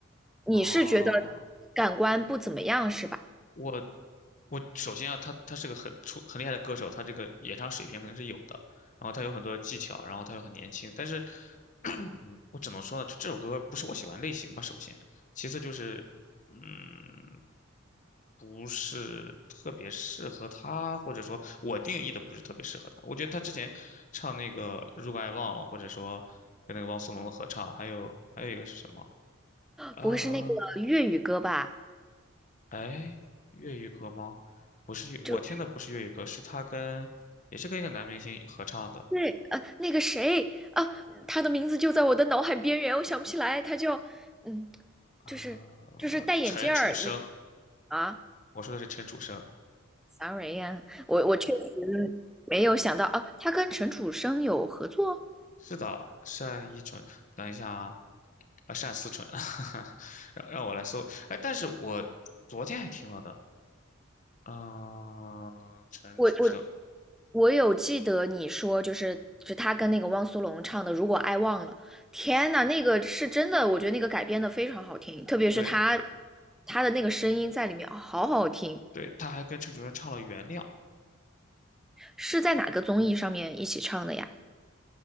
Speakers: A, in the centre; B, on the left.
A: 你是觉得
B: 啊，
A: 感官不怎么样是吧？
B: 我我首先啊，他他是个很出很厉害的歌手，他这个演唱水平肯定是有的，然后他有很多技巧，然后他又很年轻，但是，嗯我只能说呢，就这首歌不是我喜欢类型吧，首先，其次就是，嗯，不是特别适合他，或者说我定义的不是特别适合他。我觉得他之前唱那个《如果爱忘了》，或者说跟那个汪苏泷的合唱，还有还有一个是什么啊？
A: 不会是那个粤语歌吧？
B: 呃哎，粤语歌吗？不是粤我听的不是粤语歌，
A: 就是
B: 是他跟也是跟一个男明星合唱的，
A: 对，呃，那个谁啊，他的名字就在我的脑海边缘，我想不起来，他叫，嗯，
B: 呃，
A: 就是就是戴眼镜儿，
B: 陈楚生，
A: 你啊
B: 我说的是陈楚生，
A: ，sorry 呀，我我确实没有想到啊，他跟陈楚生有合作，
B: 是的，单依纯，等一下啊，啊，单思纯，<laughs> 让让我来搜，哎，但是我昨天还听了的，嗯、陈楚生，
A: 我我我有记得你说就是就他跟那个汪苏泷唱的《如果爱忘了》，天呐，那个是真的，我觉得那个改编的非常好听，特别是他
B: 对
A: 他的那个声音在里面，哦好好听。
B: 对，他还跟陈楚生唱了《原谅》，
A: 是在哪个综艺上面一起唱的呀？